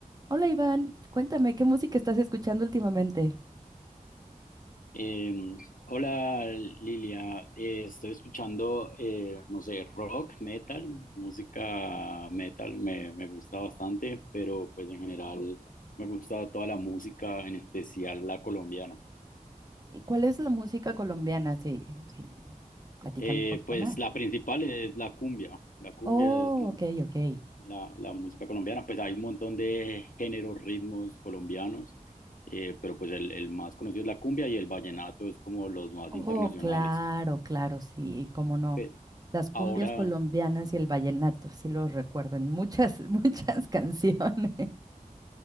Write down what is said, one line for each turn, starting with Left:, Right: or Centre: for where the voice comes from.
Right: Hola Iván, cuéntame, ¿qué música estás escuchando últimamente?
Left: Eh, hola Lilia, Eh, estoy escuchando, eh, no sé, rock, metal, música metal me, me gusta bastante, pero pues en general me gusta toda la música, en especial la colombiana.
Right: ¿Y cuál es la música colombiana? Sí, sí, platícame
Left: Eh,
Right: un poquito
Left: pues
Right: más.
Left: la principal es la cumbia, la cumbia
Right: Oh,
Left: es
Right: ok, ok.
Left: la, la música colombiana, pues hay un montón de géneros, ritmos colombianos, eh, pero pues el, el más conocido es la cumbia y el vallenato es como los más
Right: Oh,
Left: internacionales.
Right: claro, claro, sí, cómo no.
Left: Pe-
Right: Las cumbias
Left: Ahora...
Right: colombianas y el vallenato, sí los recuerdo en muchas, <laughs> muchas canciones.